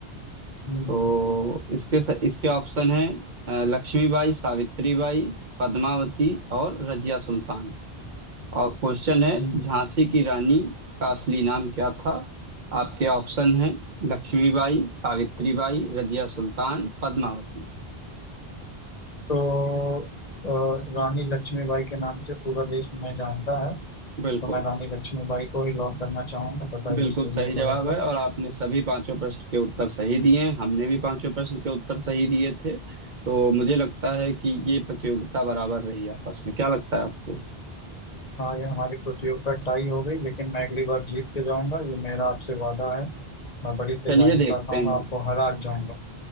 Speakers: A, on the left; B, on the right.
A: हम्म,
B: तो इसके इसके ऑप्शन है अ, लक्ष्मीबाई सावित्रीबाई पद्मावती और रजिया सुल्तान और क्वेश्चन है
A: हम्म।
B: झांसी की रानी का असली नाम क्या था आपके ऑप्शन है लक्ष्मीबाई सावित्रीबाई रजिया सुल्तान पद्मावती
A: तो अ, रानी लक्ष्मीबाई के नाम से पूरा देश मैं जानता है तो
B: बिल्कुल
A: मैं रानी लक्ष्मीबाई को ही लॉक करना चाहूंगा बताइए
B: बिल्कुल
A: सही
B: सही
A: है
B: जवाब
A: गलत
B: है
A: है
B: और आपने सभी पांचों प्रश्न के उत्तर सही दिए हैं हमने भी पांचों प्रश्न के उत्तर सही दिए थे तो मुझे लगता है कि ये प्रतियोगिता बराबर रही आपस में क्या लगता है आपको
A: हाँ ये हमारी प्रतियोगिता टाई हो गई लेकिन मैं अगली बार जीत के जाऊंगा ये मेरा आपसे वादा है मैं बड़ी तैयारी
B: चलिए
A: के
B: देखते
A: साथ आऊंगा
B: हैं
A: आपको हरा के जाऊंगा